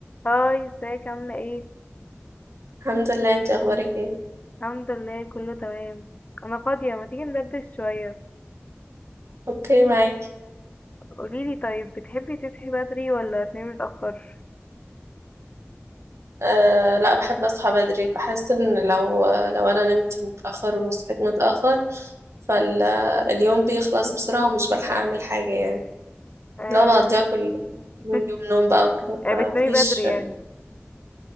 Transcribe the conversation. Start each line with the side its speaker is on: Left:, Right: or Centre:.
Left: هاي ازيك عاملة ايه؟
Right: الحمد لله انت اخبارك ايه
Left: الحمد لله كله تمام انا فاضية ما تيجي ندردش شوية
Right: اوكي معاكي
Left: قوليلي طيب بتحبي تصحي بدري ولا تنامي متأخر؟
Right: أه لا بحب اصحى بدري بحس ان لو لو انا نمت متاخر وصحيت متاخر فاليوم بيخلص بسرعه ومش بلحق اعمل حاجه يعني
Left: آه...
Right: لو بقضيها كل
Left: <laughs>
Right: كل اليوم نوم بقى وكده
Left: آه،
Right: فمفيش
Left: بتنامي بدري يعني